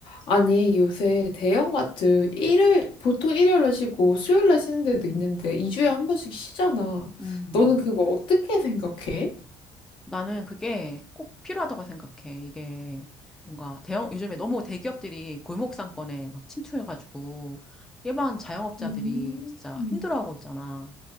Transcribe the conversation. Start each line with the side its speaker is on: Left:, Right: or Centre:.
Left: 아니, 요새 대형마트 일요일, 보통 일요일날 쉬고 수요일날 쉬는 데도 있는데 2주에 한 번씩 쉬잖아.
Centre: 음,
Left: 너는 그거 어떻게 생각해?
Centre: 나는 그게 꼭 필요하다고 생각해. 이게 뭔가 대형, 요즘에 너무 대기업들이 골목 상권에 막 침투해가지고 일반 자영업자들이
Left: 음.
Centre: 진짜
Left: 음.
Centre: 힘들어하고 있잖아.